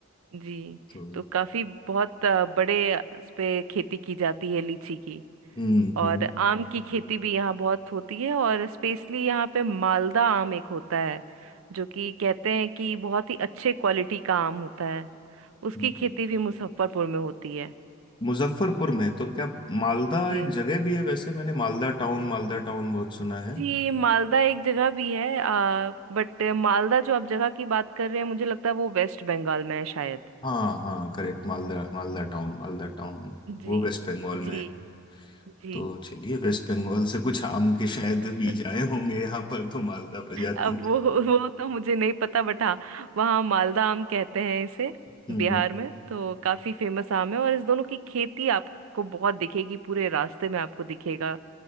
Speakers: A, on the right (about 70°); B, on the left (about 20°).
A: जी
B: तो
A: तो काफी बहुत अ, बड़े अ, इस पे खेती की जाती है लीची की
B: हम्म हम्म
A: और आम की खेती भी यहाँ बहुत होती है और स्पेशली यहाँ पे मालदा आम एक होता है जो कि कहते हैं कि बहुत ही अच्छे क्वालिटी का आम होता है उसकी
B: हम्म।
A: खेती भी मुजफ्फरपुर में होती है
B: मुजफ्फरपुर में तो क्या मालदा
A: जी
B: एक जगह भी है वैसे मैंने मालदा टाउन मालदा टाउन बहुत सुना
A: जी मालदा एक जगह भी है आ, बट मालदा जो आप जगह की बात कर रहे हैं मुझे लगता है वो वेस्ट बंगाल में है शायद
B: हाँ हाँ करेक्ट मालदा मालदा टाउन मालदा टाउन
A: जी
B: वो वेस्ट बंगाल
A: जी
B: में है
A: जी
B: तो चलिए वेस्ट बंगाल से कुछ आम के शायद
A: <laughs>
B: बीज आए होंगे यहाँ पर तो मालदा प्रजाति
A: अब वो वो तो मुझे नहीं पता बट हाँ वहाँ मालदा आम कहते हैं इसे
B: हम्म
A: बिहार
B: हम्म।
A: में तो काफी फेमस आम है और इस दोनों की खेती आपको बहुत दिखेगी पूरे रास्ते में आपको दिखेगा